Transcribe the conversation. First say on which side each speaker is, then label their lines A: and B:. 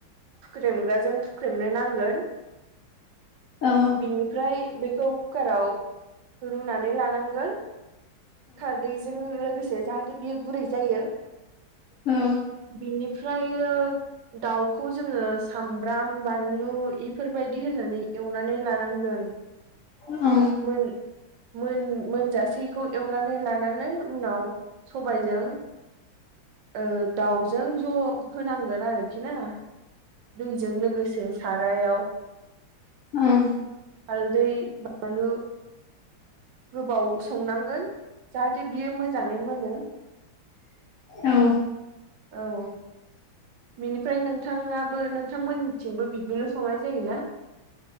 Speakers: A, on the right (about 70°); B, on the left (about 75°).
A: फुख्रेमग्राजों फुख्रेमनो नांगोन
B: औ
A: बिनिफ्राय बेखौ। कुकाराव रुनानै लानांगोन खारदैजों लोगोसे जा। थे बेयो गुरै जायो।
B: औ।
A: बिनिफ्राय दाउखौ। खौ जोङो सामब्राम बानलु इफोरबायदि होननानै एवनानै लानांगोन। <unintelligible>
B: औ।
A: मोन। मोन मोनजासेखौ एवनानै लानानै उनाव सबायजों। ओ दाउजों ज' होनांगोन आरोखि ना। दैजों लोगोसे सारायाव।
B: उम।
A: हालदै बानलु गोबाव संनांगोन। जाहाथे बियो मोजाङै मोनो
B: औ
A: औ बिनिफ्राय नोंथाङाबो नोंथांमोननिथिंबो बिदिनो संनाय जायोना?